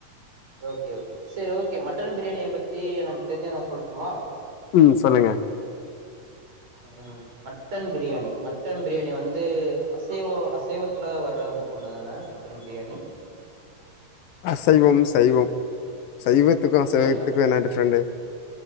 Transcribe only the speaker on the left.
உஹம் சொல்லுங்க
அசைவம் சைவம் சைவத்துக்கும் அசைவத்துக்கும்
என்ன டிஃப்ரெண்டு